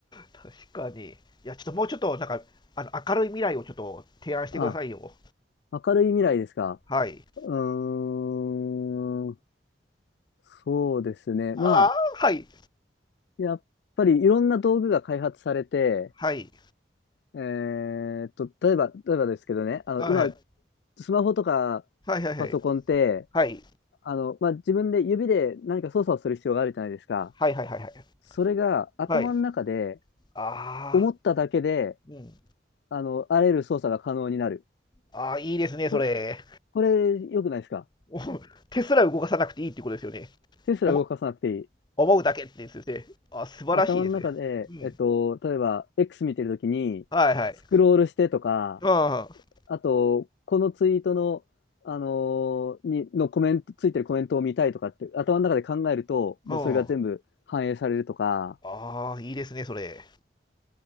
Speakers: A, on the left; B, on the left.
A: 確かにいやちょっともうちょっとなんかあの明るい未来をちょっと提案してくださいよ
B: あ、明るい未来ですか。
A: はい
B: うーん、そうですね。
A: ああはい
B: まあ、やっぱりいろんな道具が開発されて、
A: はい
B: えーっと、例えば、例えばですけどね、あの、
A: あはい
B: 今、スマホとかパソコンって、
A: はいはいはいはい
B: あの、まあ、自分で指で何か操作をする必要があるじゃないですか。
A: はいはいはいはい
B: それが頭の中で
A: はいああ
B: 思っただけで、
A: うん
B: あの、あらゆる操作が可能になる。
A: ああいいですねそれ
B: これ、これ良くないですか
A: もう手すら動かさなくていいってことですよね
B: 手すら動かさなくていい。
A: お思うだけって言ってあ、素晴らしいですよ。
B: 頭の中で、
A: うん。
B: えっと、例えば X 見てるときに、
A: はいはい。
B: スクロールしてとか、
A: うん。
B: あと、このツイートの、あのーに、のコメント、ついてるコメントを見たいとかって、頭の中で考えると、もうそれが全部反映されるとか、
A: うん。ああ、いいですね、それ。